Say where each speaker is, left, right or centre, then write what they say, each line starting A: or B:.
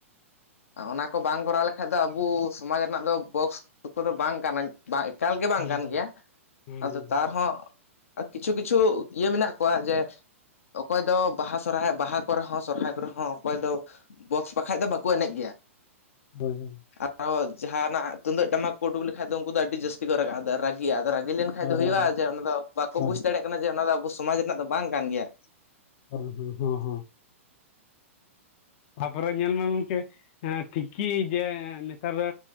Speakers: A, on the left (about 75°); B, on the left (about 50°).
A: ᱚᱱᱟ ᱠᱚ ᱵᱟᱝ ᱠᱚᱨᱟᱣ ᱞᱮᱠᱷᱟᱡ ᱫᱚ ᱟᱵᱚ ᱥᱚᱢᱟᱡᱽ ᱨᱮᱱᱟᱜ ᱫᱚ ᱵᱚᱠᱥ <unintelligible> ᱫᱚ ᱵᱟᱝ ᱠᱟᱱᱟ ᱾ ᱵᱟᱝ ᱮᱠᱟᱞ ᱜᱮ ᱵᱟᱝ
B: ᱦᱩᱸ
A: ᱠᱟᱱ ᱜᱮᱭᱟ ᱾ <inaudible>
B: ᱦᱩᱸ
A: ᱟᱫᱚ
B: ᱦᱩᱸ
A: ᱛᱟᱣ
B: ᱦᱩᱸ
A: ᱨᱮᱦᱚᱸ ᱠᱤᱪᱷᱩ ᱠᱤᱪᱷᱩ ᱤᱭᱟᱹ ᱢᱮᱱᱟᱜ ᱠᱚᱣᱟ ᱡᱮ ᱚᱠᱚᱭ ᱫᱚ ᱵᱟᱦᱟ ᱥᱚᱨᱦᱟᱭ ᱵᱟᱦᱟ ᱠᱚᱨᱮ ᱦᱚᱸ ᱥᱚᱨᱦᱟᱭ ᱠᱚᱨᱮ ᱦᱚᱸ ᱚᱠᱚᱭ ᱫᱚ ᱵᱚᱠᱥ ᱵᱟᱠᱟᱷᱟᱡ ᱫᱚ ᱵᱟᱠ ᱠᱚ ᱮᱱᱮᱡ ᱜᱮᱭᱟ ᱾
B: ᱦᱳᱭ ᱦᱳᱭ ᱾
A: ᱟᱨᱦᱚ ᱡᱟᱦᱟᱱᱟᱜ ᱛᱩᱢᱫᱟᱹᱜ ᱴᱟᱢᱟᱠ ᱠᱚ ᱩᱰᱩᱠ ᱞᱮᱠᱷᱟᱡ ᱫᱚ ᱩᱱᱠᱩ ᱫᱚ ᱟᱹᱰᱤ ᱡᱟᱹᱥᱛᱤ ᱠᱚ <unintelligible> ᱨᱟᱹᱜᱤᱜ-ᱟ ᱾ ᱟᱫᱚ ᱨᱟᱹᱜᱤ ᱞᱮᱱᱠᱷᱟᱡ
B: ᱦᱳᱭ
A: ᱫᱚ
B: ᱦᱳᱭ
A: ᱦᱩᱭᱩᱜ-ᱟ ᱡᱮ ᱚᱱᱟ ᱫᱚ ᱵᱟᱠᱚ
B: ᱦᱳᱭ
A: ᱵᱩᱡᱽ
B: ᱦᱳᱭ
A: ᱫᱟᱲᱮᱭᱟᱜ ᱠᱟᱱᱟ ᱡᱮ ᱚᱱᱟ ᱫᱚ ᱟᱵᱚ ᱥᱚᱢᱟᱡᱽ ᱨᱮᱱᱟᱜ ᱫᱚ ᱵᱟᱝ ᱠᱟᱱ ᱜᱮᱭᱟ ᱾
B: ᱦᱩᱸ ᱦᱩᱸ ᱦᱚᱸ ᱦᱚᱸ ᱾ ᱛᱟᱯᱚᱨᱮ ᱧᱮᱞ ᱢᱮ ᱜᱚᱝᱠᱮ ᱛᱤᱠᱤ ᱡᱮ ᱱᱮᱛᱟᱨ ᱫᱚ